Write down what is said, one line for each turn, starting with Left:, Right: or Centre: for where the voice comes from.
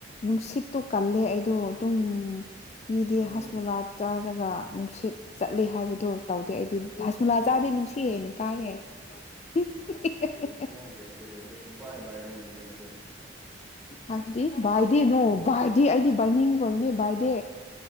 Left: ꯅꯨꯡꯁꯤꯠꯇꯣ ꯀꯜꯂꯦ ꯑꯩꯗꯣ ꯑꯗꯨꯝ ꯃꯤꯗꯤ
Centre: ꯑꯗꯨꯝ
Left: ꯍꯁꯃꯣꯂꯥ ꯆꯥꯔꯒ ꯅꯨꯡꯁꯤꯠ ꯆꯠꯂꯤ ꯍꯥꯏꯕꯗꯣ ꯇꯧꯗꯦ ꯑꯩꯗꯤ ꯍꯖꯃꯨꯂꯥ ꯆꯥꯔꯗꯤ ꯅꯨꯡꯁꯤꯠ ꯍꯦꯟꯅ ꯀꯥꯌꯦ <unintelligible>
Centre: ꯑꯩ ꯅꯪ ꯒ꯭ꯌꯥꯁꯇ꯭ꯔꯤꯛ ꯂꯩꯕꯗꯨ ꯄꯨꯡꯕꯥꯏ ꯕꯥꯏꯔꯝꯃꯅꯤꯀꯣ ꯑꯗꯨꯗꯤ
Left: ꯍꯥꯏꯗꯤ ꯚꯥꯏꯗꯦ ꯅꯣ ꯚꯥꯏꯗꯦ ꯑꯩꯗꯤ ꯚꯥꯏꯅꯤꯡꯒ꯭ꯔꯥꯕꯅꯤ ꯚꯥꯏꯗꯦ